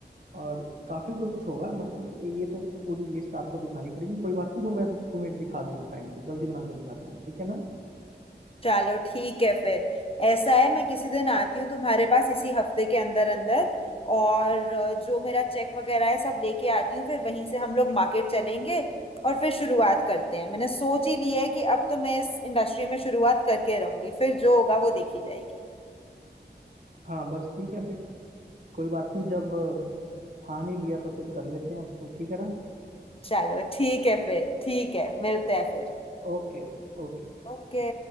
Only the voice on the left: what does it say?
चलो ठीक है फिर ऐसा है मैं किसी दिन आती हूँ तुम्हारे पास इसी हफ्ते के अंदर अंदर और अ, जो मेरा चेक वगैरह है सब लेके आती हूँ फिर वहीं से हम लोग मार्केट चलेंगे और फिर शुरुआत करते हैं मैंने सोच ही लिया है कि अब तो मैं इस इंडस्ट्री में शुरुआत करके रहूंगी फिर जो होगा वो देखी जाएगी
चलो ठीक है फिर ठीक है मिलते हैं फिर
ओके